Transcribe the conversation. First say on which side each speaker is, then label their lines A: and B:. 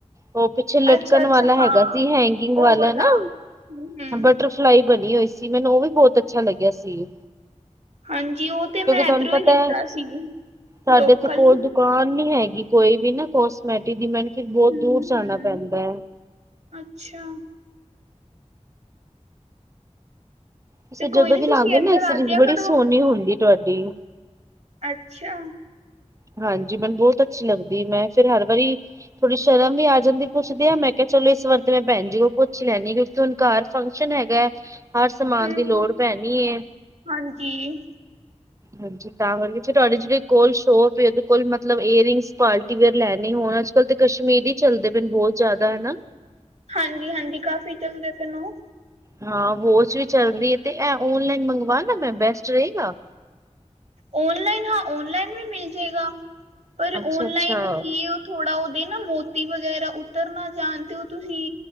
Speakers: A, on the right; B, on the right.
A: ਉਹ ਪਿੱਛੇ, ਲਟਕਣ
B: ਅੱਛਾ ਅੱਛਾ
A: ਵਾਲਾ
B: ਹਾਂ
A: ਹੈਗਾ ਸੀ। ਹੈਂਗਿੰਗ
B: ਉਹ
A: ਵਾਲਾ ਨਾ।
B: ਹਮ ਹਮ
A: ਬਟਰ ਸਿਲਾਈ ਬਣੀ ਹੋਈ ਸੀ। ਮੈਨੂੰ ਉਹ ਵੀ, ਬਹੁਤ ਅੱਛਾ, ਲੱਗਿਆ ਸੀ।
B: ਹਾਂਜੀ। ਉਹ ਤੇ
A: ਕਿਉਂਕਿ
B: ਮੈਂ,
A: ਤੁਹਾਨੂੰ
B: ਇਧਰੋਂ
A: ਪਤਾ
B: ਹੀ ਲਿਤਾੱ
A: ਹੈ
B: ਸੀ।
A: ਸਾਡੇ,
B: ਲੋਕਲ
A: ਇਥੇ ਕੋਲ
B: ਹੀ
A: ਦੁਕਾਨ ਨੀ ਹੈਗੀ, ਕੋਈ ਵੀ ਨਾ ਕੋਸਮੈਟਿਕ ਦੀ। ਮੈਨੂੰ ਫੇਰ ਬਹੁਤ
B: ਹਮ
A: ਦੂਰ
B: ਹਮ
A: ਜਾਣਾ ਪੈਂਦਾ ਹੈ।
B: ਅੱਛਾ।
A: ਤੁਸੀਂ
B: ਤੇ
A: ਜਦੋਂ
B: ਕੋਈ ਨੀ
A: ਵੀ, ਲਾਂਦੇ
B: ਤੁਸੀਂ ਇੱਧਰ
A: ਹੋ ਨਾ, ਐਸਸਰੀ,
B: ਆ ਜਿਆ
A: ਬੜੀ
B: ਕਰੋ
A: ਸੋਹਣੀ ਹੁੰਦੀ ਤੁਹਾਡੀ।
B: ਅੱਛਾ
A: ਹਾਂਜੀ। ਮੈਨੂੰ ਬਹੁਤ ਅੱਛੀ ਲੱਗਦੀ। ਮੈਂ ਫੇਰ ਹਰ ਵਾਰੀ। ਥੋੜੀ ਸ਼ਰਮ ਹੀ, ਆ ਜਾਂਦੀ ਪੁੱਛਦੀ ਆ। ਮੈਂ ਕਿਹਾ, ਚਲੋ ਇਸ ਵਾਰ, ਤੇ ਮੈਂ ਬੈਣ ਜੀ ਨੂੰ ਪੁੱਛ ਲੈੈਂਦੀ ਆ। ਤੇ, ਹੁਣ ਘਰ ਫੰਕਸ਼ਨ ਹੈਗਾ। ਹਰ ਸਮਾਨ
B: ਹੂੰ,
A: ਦੀ ਲੋੜ ਪੈਣੀ ਏ।
B: ਹਾਂਜੀ,
A: ਹਾਂਜੀ ਤਾਂ ਕਰਕੇ ਜਿਹੜੇ ਕੋਲ ਸ਼ੋਪ ਫੇਰ ਉਹਦੇ ਕੋਲ ਮਤਲਬ, ਈਅਰਿੰਗਸ ਪਾਰਟੀ ਵੇਅਰ, ਲੈਣੇ ਹੋਣ। ਅੱਜ ਕੱਲ ਤਾਂ ਕਸ਼ਮੀਰੀ, ਚੱਲਦੇ ਪਏ ਨੇ ਬਹੁਤ ਜ਼ਿਆਦਾ। ਹਨਾ।
B: ਹਾਂਜੀ- ਹਾਂਜੀ। ਕਾਫ਼ੀ ਚੱਲਦੇ ਪਾਣੇ ਨੇ ਓਹ।
A: ਹਾਂ, ਬੋ ਵੀ ਚੱਲਦੀ ਹੈ। ਤੇ ਇਹ ਓਨਲਾਈਨ ਮੰਗਵਾ ਨਾ ਮੈਂ, ਬੈਸਟ ਰਹੇਗਾ।
B: ਔਨਲਾਈਨ। ਹਾਂ, ਔਨਲਾਈਨ ਵੀ ਮਿਲ ਜਾਏਗਾ। ਪਰ
A: ਅੱਛਾ
B: ਔਨਲਾਈਨ
A: ਅੱਛਾ
B: ਨਾ ਕੀ। ਥੋੜਾ ਉਹਦੇ ਨਾ, ਮੋਤੀ ਵਗੈਰਾ, ਉਤਰ ਨਾ ਜਾਣ। ਤੇ ਉਹ ਤੁਸੀਂ।